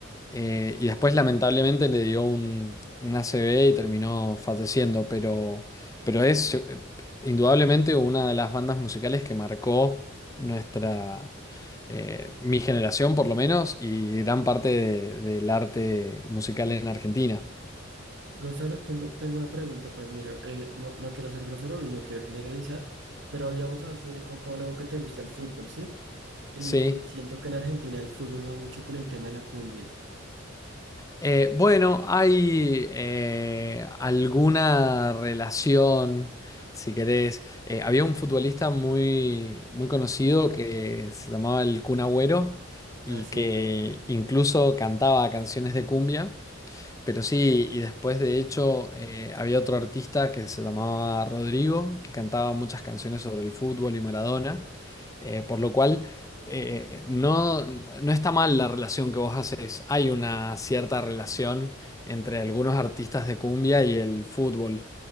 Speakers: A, on the left; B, on the right.
A: eh, y después, lamentablemente, le dio un, un ACV y terminó falleciendo, pero, pero es eh, indudablemente una de las bandas musicales que marcó nuestra, eh, mi generación, por lo menos, y gran parte de- del arte musical en Argentina.
B: Gonzalo, tengo, tengo una pregunta, pues mira, eh, no, no quiero ser grosero y no quiero generalizar, pero habíamos hace poco hablado que te gusta el fútbol, ¿sí? Y,
A: Sí.
B: y siento que en Argentina el fútbol va mucho con el tema de la cumbia.
A: Eh, bueno, hay eh, alguna relación, si querés. Eh, había un futbolista muy, muy conocido que se llamaba el Kun Agüero
B: Ah,
A: y
B: sí.
A: que incluso cantaba canciones de cumbia. Pero sí, y después de hecho eh, había otro artista que se llamaba Rodrigo, que cantaba muchas canciones sobre el fútbol y Maradona, eh, por lo cual eh, no, no está mal la relación que vos haces. Hay una cierta relación entre algunos artistas de cumbia y el fútbol.